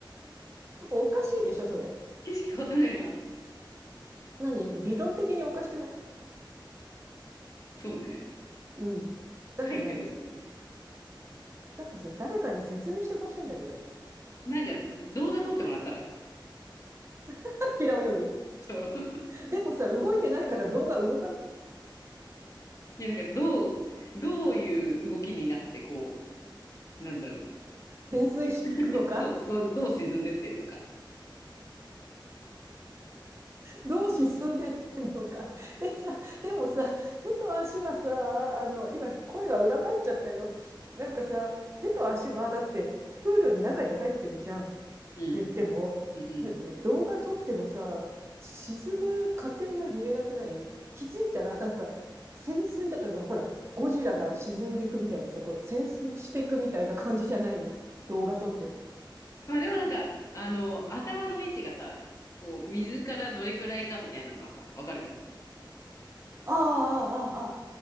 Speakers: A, on the right; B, on the left.
A: おかしいでしょ、それ。
B: 景色変わってないなって。
A: 何理論的におかしくない
B: そうね。
A: うん。なんかね、
B: 書いてるのにね。
A: 私、なんかさ、誰かに説明してほしいんだけど。
B: なんか動画撮ってもらったら。
A: <laughs> 平泳ぎ。
B: そう。<laughs>
A: でもさ、動いてないから動画動かない。
B: いや、なんかどう、どういう動きになって、こう、なんだろう。
A: 潜水していくのか
B: <laughs> そうどう、どう沈んでってるのか。
A: どう沈んでってんのか。でさ、でもさ、手と足はさ、あの、今、声が裏返っちゃったよ。なんかさ、手と足は、だって、プールの中に入ってるじゃん。
B: うん。
A: 言っても、
B: うんうん。
A: ね動画撮ってもさ、沈む過程が見えなくない気づいたら、だから、潜水だから、ほら、ゴジラが沈んでいくみたいにさ、こう潜水していくみたいな感じじゃないの。動画撮っても。
B: まあでもなんか、あの、頭の位置がさ、こう、水からどれくらいかみたいなのはさ、わかるじゃん。
A: ああ、